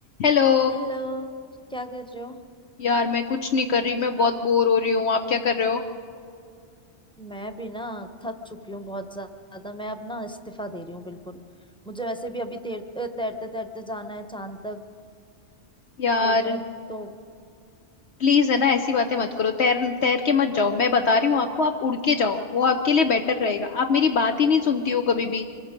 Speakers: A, on the left; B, in the centre.
A: Hello
B: Hello क्या कर रहे हो
A: यार मैं कुछ नहीं कर रही मैं बहुत बोर हो रही हूँ आप क्या कर रहे हो
B: मैं भी ना थक चुकी हूँ बहुत ज्यादा मैं अब ना इस्तीफा दे रही हूँ बिल्कुल मुझे वैसे भी अभी तैर तैरते तैरते जाना है चांद तक
A: यार
B: तो मैं तो
A: प्लीज है ना ऐसी बातें मत करो तैर तैर के मत जाओ मैं बता रही हूँ आपको आप उड़ के जाओ वो आपके लिए बेटर रहेगा आप मेरी बात ही नहीं सुनती हो कभी भी